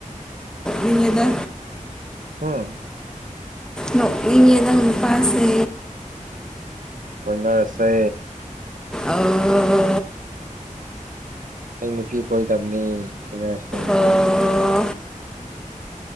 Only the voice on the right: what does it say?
ꯍꯥꯝ
ꯀꯣꯏꯅꯔꯁꯦ
ꯑꯩ ꯅꯨꯄꯤ ꯀꯣꯏꯗꯕꯅꯤ ꯀꯣꯏꯅꯔꯁꯦ